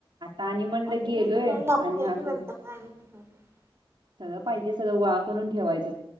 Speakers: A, on the right; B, on the right.
A: आणि म्हणलं
B: असं
A: गेलोय
B: लागते
A: आणि आलोय
B: की म्हणतात आणि काही
A: सगळं पाहिजे सगळं वा ठेवायच